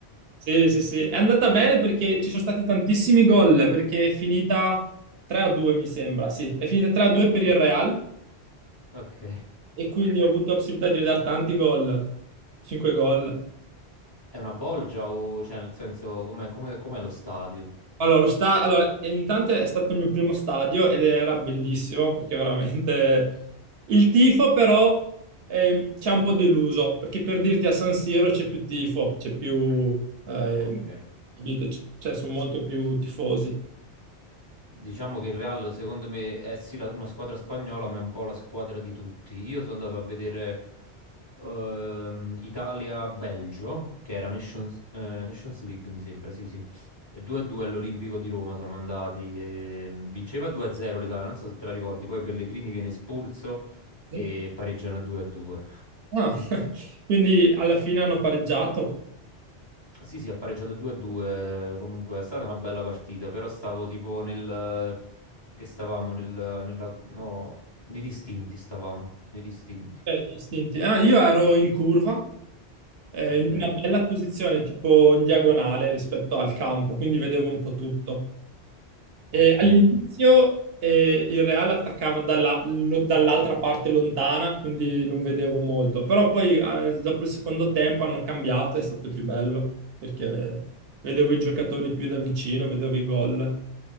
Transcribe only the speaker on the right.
Sì, sì, sì, è andata bene perché ci sono stati tantissimi gol, perché è finita 3-2 mi sembra, sì, è finita 3-2 per il Real
e quindi ho avuto la possibilità di vedere tanti gol, 5 gol.
Allora, lo sta... allora, e intanto è stato il mio primo stadio ed era bellissimo perché veramente il tifo però ehm, ci ha un po' deluso, perché per dirti a San Siro c'è più tifo, c'è più, ehm,
capito? C- cioè sono molto più tifosi.
Sì.
Ah, <laughs> quindi alla fine hanno pareggiato.
Eh, gli istinti. Ah, io ero in curva, eh,
in una bella posizione, tipo in diagonale rispetto al campo, quindi vedevo un po' tutto. E
all'inizio eh, il Real attaccava dalla- lo- dall'altra parte lontana, quindi non vedevo molto. Però poi eh, dopo il secondo tempo hanno cambiato, è stato più bello, perché vedevo i giocatori più da vicino, vedevo i gol.